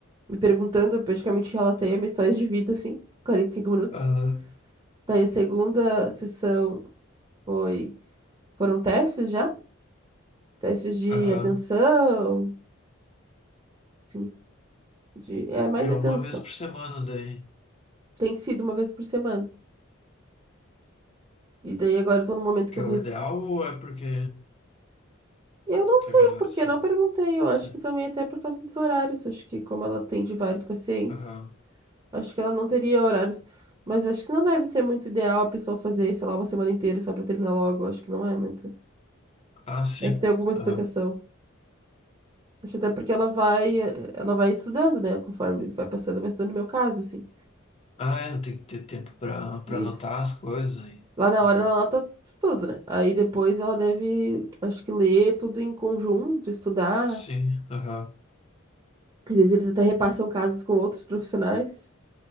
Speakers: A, on the right; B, on the left.
A: me perguntando, eu praticamente relatei a minha história de vida, assim, 45 minutos.
B: Aham.
A: Daí a segunda sessão foi, foram testes já testes de
B: Aham.
A: atenção, Sim, de, é mais
B: É
A: de
B: uma
A: atenção.
B: vez por semana daí.
A: Tem sido uma vez por semana. E daí agora eu tô no momento
B: Que
A: que eu
B: é
A: vou.
B: o
A: res-
B: ideal ou é porque,
A: Eu não
B: porque
A: sei
B: é melhor
A: porque
B: assim?
A: eu não perguntei. Eu
B: Não
A: acho
B: sei.
A: que também até por causa dos horários. Acho que como ela atende vários pacientes,
B: Aham.
A: acho que ela não teria horários. Mas acho que não deve ser muito ideal a pessoa fazer, sei lá, uma semana inteira só pra terminar logo. Acho que não é muito.
B: Ah, sim.
A: Deve ter alguma explicação.
B: Aham.
A: Acho até porque ela vai, eh, ela vai estudando, né? Conforme vai passando, vai estudando o meu caso, assim.
B: Ah, é, tem que ter tempo pra, pra
A: Isso.
B: anotar as coisas aí.
A: Lá na
B: Aham.
A: hora ela anota tudo, né? Aí depois ela deve, acho que ler tudo em conjunto, estudar.
B: Sim. Aham.
A: Às vezes eles até repassam casos com outros profissionais.